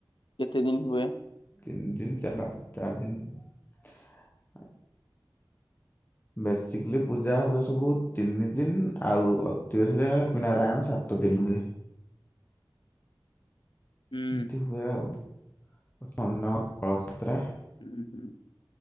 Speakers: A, on the left; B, on the left.
A: କେତେ ଦିନ ହୁଏ?
B: ତିନି ଦିନ ଚାରି ଦିନ ବସିକି ପୂଜା ହୁଏ ସବୁ ତିନି ଦିନ ଆଉ ଅତି ବେଶିରେ ଲକ୍ଷ୍ମୀ ନାରାୟଣ ସାତ ଦିନ ହୁଏ।
A: ହୁଁ
B: ଏମିତି ହୁଏ ଆଉ। <unintelligible> କଳସୂତ୍ର।
A: ହୁଁ ହୁଁ।